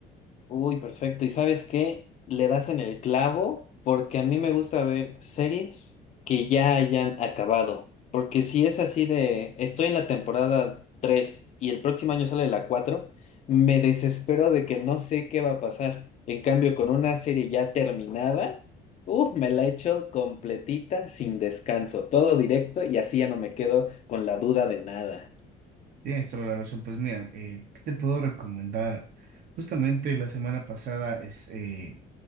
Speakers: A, on the left; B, on the right.
A: Uy, perfecto. ¿Y sabes qué? Le das en el clavo porque a mí me gusta ver series que ya hayan acabado. Porque si es así de, estoy en la temporada 3 y el próximo año sale la cuatro me desespero de que no sé qué va a pasar. En cambio, con una serie ya terminada, uff, me la echo completita, sin descanso, todo directo y así ya no me quedo con la duda de nada.
B: Tienes toda la razón, pues mira, eh, ¿qué te puedo recomendar? Justamente la semana pasada es, eh,